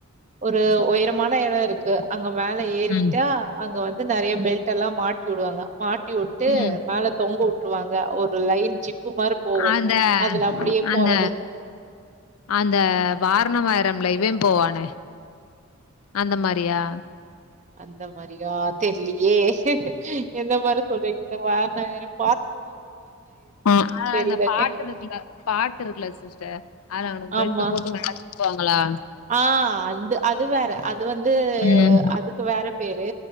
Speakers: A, on the right (about 35°); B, on the left (about 80°).
A: ஒரு உயரமான எடோ இருக்கு அங்க மேல ஏறிட்டா
B: ம்
A: அங்க வந்து நெறைய பெல்டெல்லா மாட்டி விடுவாங்க மாட்டி விட்டு
B: ம்
A: மேல தொங்க விட்டுருவாங்க ஒரு லைன் ஜிப்பு மாரி போகு
B: அந்த
A: அதுல அப்டியே
B: அந்த
A: போறது
B: அந்த வாரணமாயரம்ல இவே போவானே அந்த மாரியா
A: அந்த மாரியா தெர்லியே எந்த மாரி சொல்றீங்க வாரணாயிரம்
B: ஆ அதுல
A: தெரில
B: அந்த பாட்டு இருக்கல பாட்டு இருக்கல சிஸ்டர் அதுல அவுனுக்கு பெல்ட்
A: ஆமா
B: போட்டு மேல தூக்குவாங்களா
A: ஆ அந்த அது வேற அது வந்து
B: ம்
A: அதுக்கு வேற பேரு